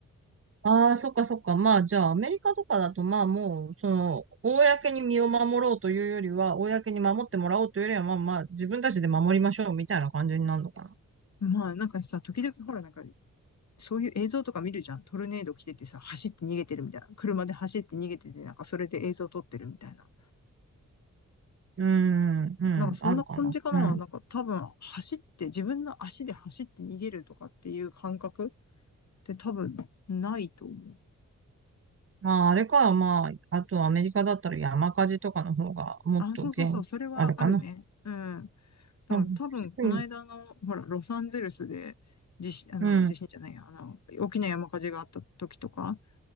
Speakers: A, on the right; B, on the left.
A: ああ、そっかそっか。まあ、じゃあ、アメリカとかだと、まあ、もう、その、公に身を守ろうというよりは、公に守ってもらおうというよりは、まあまあ、自分たちで守りましょうみたいな感じになるのかな。
B: まあ、なんかさ、時々ほら、なんかそういう映像とか見るじゃん。トルネード来ててさ、走って逃げてるみたいな。車で走って逃げてて、なんかそれで映像撮ってるみたいな。
A: うーん、うん、
B: なんかそんな感じかな。
A: あるかな。うん。
B: なんか多分走って、自分の足で走って逃げるとかっていう感覚って多分ないと思う。
A: まあ、あれか、まあ、あとアメリカだったら山火事とかの方が、もっと厳あるかな。
B: あ、そうそうそう、それはあるね。うん。だから多分この間の、
A: うん、うん、
B: ほら、ロサンゼルスで、地震、あの、
A: うん、
B: 地震じゃないや、あの、大きな山火事があった時とか、